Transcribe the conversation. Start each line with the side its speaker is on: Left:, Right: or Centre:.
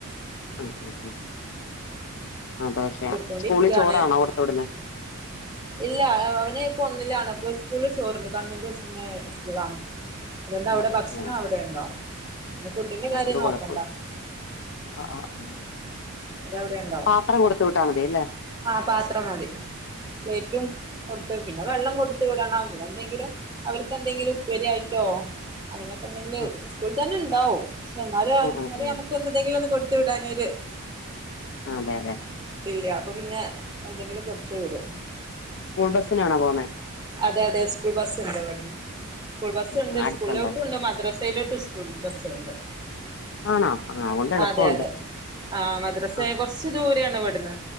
Left: ആ ആ ആ ആ ദോശ
Right: ചുട്ടോണ്ടിരിക്കാണ്
Left: സ്കൂളിൽ ചോറാണോ കൊടത്ത് വിടുന്ന്
Right: ഇല്ല അവന് ഇപ്പൊ ഒന്നിലാണ് ഇപ്പ സ്കൂളില് ചോറണ്ട് ഗവൺമെന്റ് ഹൗ എ് സ്കൂളാണ് അതോണ്ട് അവിടെ
Left: ആഹ് ആഹ്
Right: ഭക്ഷണം
Left: ആഹ്
Right: അവിടെ ഉണ്ടാവും പിന്നെ ഫുഡിന്റെ കാര്യം
Left: അതുകൊണ്ട്
Right: നോക്കണ്ട
Left: കൊഴപ്പമില്ല ആഹ് ആഹ് ആഹ്
Right: അതവിടെ ഉണ്ടാവും
Left: പാത്രം കൊടുത്ത് വിട്ടാ മതിയല്ലേ
Right: ആ പാത്രം മതി പ്ലേറ്റും കൊടുത്ത് പിന്നെ വെള്ളം കൊടുത്ത് വിടണം പിന്നെ എന്തെങ്കിലും അവർക്കെന്തെങ്കിലും ഉപ്പേരി ആയിട്ടോ അങ്ങനെയൊക്കെ ഉണ്ടെങ്കില്
Left: ഉം
Right: സ്കൂളിൽ തന്നെ ഇണ്ടാവും പക്ഷെ എന്നാലും
Left: ആഹ്
Right: എന്നാലും
Left: ആഹ് ആഹ്
Right: നമുക്ക് എന്തെങ്കിലും ഒന്ന് കൊടു ത്ത് വിടാഞ്ഞൊരു
Left: ആഹ് അതെ അതെ
Right: ഇതില്ല അപ്പൊ പിന്നെ എന്തെങ്കിലും കൊടുത്തു വിടും
Left: സ്കൂൾ ബസ്സിനാണോ പോവുന്നേ
Right: അതെ അതെ സ്കൂൾ ബസ് ഇണ്ട് ഇവിടുന്ന് സ്കൂൾ ബസ്
Left: ഉം
Right: ഇണ്ട്
Left: ഉം അടുത്തുണ്ട്
Right: സ്കൂളിലോട്ടും ഇണ്ട് മദ്രസ് ലോട്ടും സ്കൂൾ ബസ്സുണ്ട്
Left: ആണോ ആഹ് അതുകൊണ്ട് എളുപ്പമുണ്ട്
Right: അതെ അതെ ആ മദ്രസേ
Left: ആഹ്
Right: കൊറച്ചു ദൂരാണ് ഇവ് ട്ന്ന്